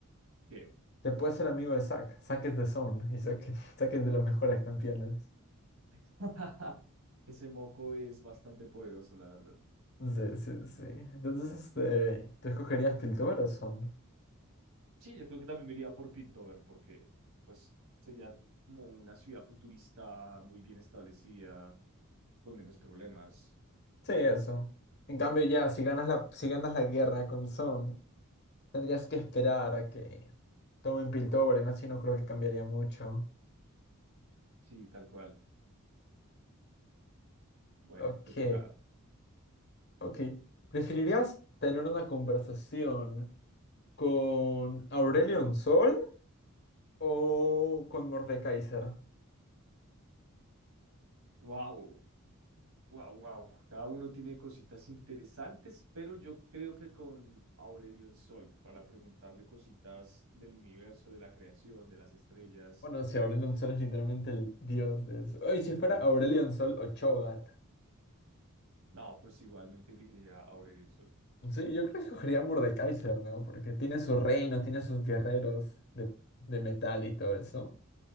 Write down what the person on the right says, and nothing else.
¿qué?
<laughs> Ese moco es bastante poderoso, la verdad.
Sí, yo creo que también me iría por Piltover porque pues sería como una ciudad futurista muy bien establecida, con menos problemas.
Sí, tal cual. Bueno,
te toca.
Wow, wow, wow. Cada uno tiene cositas interesantes, pero yo creo que con Aurelion Sol para preguntarle cositas del universo, de la creación, de las estrellas.
No, pues igualmente elegiría a Aurelion Sol.